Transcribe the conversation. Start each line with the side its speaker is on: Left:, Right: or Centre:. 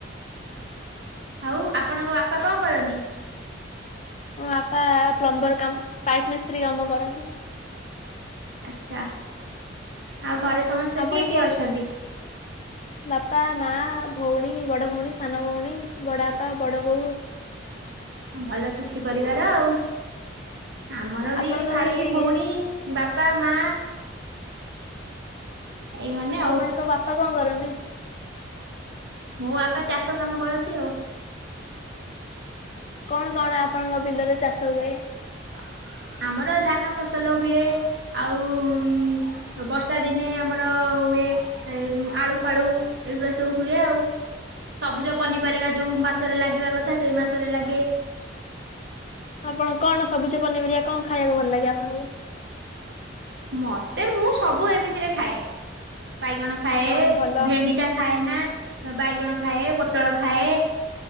Right: ଆଉ ଆପଣଙ୍କ ବାପା କଣ କରନ୍ତି?
Left: ମୋ ବାପା ପ୍ଲମ୍ବର କାମ ପାଇପ୍ ମିସ୍ତ୍ରୀ କାମ କରନ୍ତି।
Right: ଆଛା ଆଉ ଘରେ ସମସ୍ତେ
Left: ଆପଣଙ୍କ
Right: କିଏ କିଏ ଅଛନ୍ତି?
Left: ବାପା ମା ଭଉଣୀ ବଡ ଭଉଣୀ ସାନ ଭଉଣୀ ବଡବାପା ବଡବୋଉ
Right: ହଁ ଭଲ ସୁଖୀ ପରିବାର ଆଉ ଆମର ବି
Left: ଆପଣଙ୍କ
Right: ଭାଇ
Left: ଘରେ କିଏ
Right: ଭଉଣୀ
Left: କିଏ
Right: ବାପା ମା ଏଇମାନେ ଆଉ।
Left: ଆପଣଙ୍କ ବାପା କଣ କରନ୍ତି?
Right: ମୋ ବାପା ଚାଷ କାମ କରନ୍ତି ଆଉ
Left: କଣ କଣ ଆପଣଙ୍କ ବିଲରେ ଚାଷ ହୁଏ?
Right: <inaudible> ଆମର ଧାନ ଫସଲ ହୁଏ ଆଉ ବର୍ଷା ଦିନେ ଆମର ହୁଏ ଆଳୁ ଫାଳୁ ଏଇଗୁଡା ସବୁ ହୁଏ ଆଉ ସବୁଜ ପନିପାରିବା ଯୋଉ ମାସରେ ଲାଗିବା କଥା ସେଇ ମାସରେ ଲାଗେ।
Left: ଆପଣ କଣ ସବୁଜ ପନିପରିବା କଣ ଖାଇବାକୁ ଭଲ ଲାଗେ ଆପଣଙ୍କୁ?
Right: ମତେ ମୁଁ ସବୁ ଏମିତିରେ ଖାଏ। ବାଇଗଣ ଖାଏ
Left: ହଁ ଭଲ
Right: ଭେଣ୍ଡି ଟା ଖାଏନା। ବାଇଗଣ ଖାଏ ପୋଟଳ ଖାଏ।